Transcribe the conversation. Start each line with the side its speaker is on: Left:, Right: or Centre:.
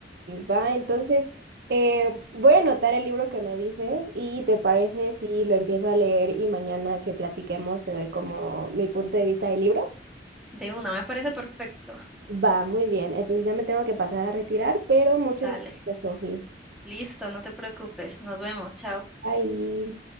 Right: va, entonces eh, voy a anotar el libro que me dices y te parece si lo empiezo a leer y mañana que platiquemos te doy como mi punto de vista del libro.
Centre: De una, me parece perfecto.
Right: Va, muy bien, entonces ya me tengo que pasar a retirar, pero muchas
Centre: Dale,
Right: gracias, Sofía.
Centre: listo, no te preocupes, nos vemos, chao.
Right: Bye.